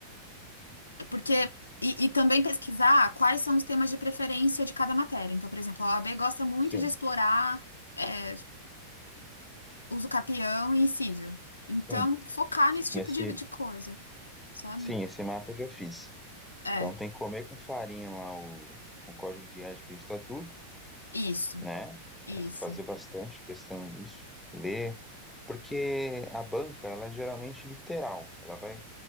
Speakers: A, on the left; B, in the centre.
A: Porque. E, e também pesquisar quais são os temas de preferência de cada matéria. Então, por exemplo, a OAB gosta muito
B: Sim,
A: de explorar é, uso capião e cível. Então,
B: sim,
A: focar
B: sim.
A: nesse tipo
B: Esse,
A: de, de coisa, sabe?
B: sim, esse mapa eu já fiz.
A: É,
B: Então tem que comer com farinha lá o, o código de ética e o estatuto,
A: isso,
B: né?
A: isso,
B: É, fazer bastante questão disso. Ler Porque a banca, ela é geralmente literal. Ela vai